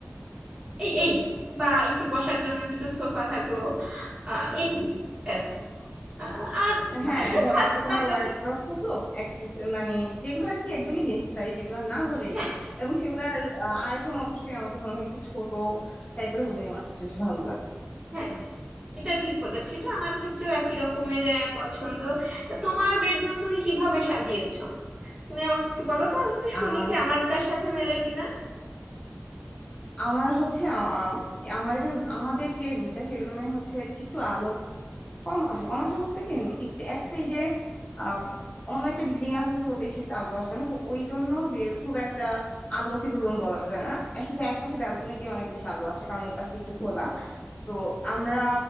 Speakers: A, on the right; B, on the left.
A: এই এই বা একটু বসার জন্য দুটো সোফা থাকলো আহ এটুকুই ব্যাস আহ, আর
B: হ্যাঁ
A: বাইরে
B: ধরো
A: থাক
B: একটা তোমার
A: বাদ
B: ওয়ার্ড্রব
A: বাকি
B: থাকলো এক- মানে যেগুলো আর কি একদমই নেসেসারি যেগুলো না হলেই
A: হ্যাঁ
B: না এবং সেগুলোর আহ, আয়তন অবশ্যই আমার কাছে মনে হয় একটু ছোট টাইপের হলেই আমার সবচেয়ে বেশি ভালো লাগে
A: হ্যাঁ এটা ঠিক বলেছে এটা আমার ক্ষেত্রেও একই রকমের আহ, পছন্দ তো তোমার বেডরুম তুমি কিভাবে সাজিয়েছো তুমি আমাকে একটু বলো তো আমি একটু শুনি
B: আহ
A: যে আমারটার সাথে মেলে কিনা
B: আমার হচ্ছে আহ, আমাদের আমাদের যে রুমটা সেই রুমে হচ্ছে একটু আলো কম আসে কম আসে বলতে কি উম, একটু এক সাইডে আহ অন্য একটা বিল্ডিং আছে সো বেশি একটা আলো আসে না তো ওই জন্য বে- খুব একটা আলোকিত রুম বলা যায় না আর শুধু এক পাশে ব্যালকনি দিয়ে অনেক বেশি আলো আসে কারণ ওই পাশটা একটু খোলা তো আমরা